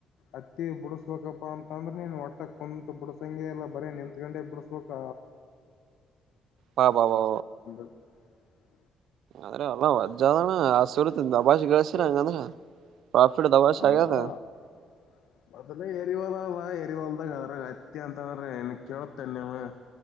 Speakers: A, on the left; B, on the right.
A: ಅತ್ತಿ ಬಿಡಸ್ಬೇಕಪ್ಪಾ ಅಂತ ಅಂದ್ರ ನೀನ್ ಒಟ್ಟ ಕುಂತಕೊಂಡು ಬಿಡಸಂಗೆ ಇಲ್ಲ ಬರೀ ನಿ ನಿಂತ ಗೊಂಡೆ ಬಿಡಸಬೇಕು.
B: ಬಾ ಬಾ ಬಾ
A: <unintelligible>
B: ಅಲ್ಲಾ ವಜ್ಜದಣ ಹಸರುತ ದಬಾಷ ಸೀರ ಹಂಗಂದ್ರ. ಪ್ರಾಫಿಟ್ ದಬಾಶ್
A: ಹ್ಮ್ಮ್
B: ಆಗ್ಯದ
A: ಅದನ ಹೇಳಿವಲ್ಲ ಮತ. ಹೊಲ್ದಾಗ ಅದ್ರ ಅತ್ತಿ ಅಂತಂದ್ರ ಇನ್ ಕೇಳತ್ತ ನಿಮ.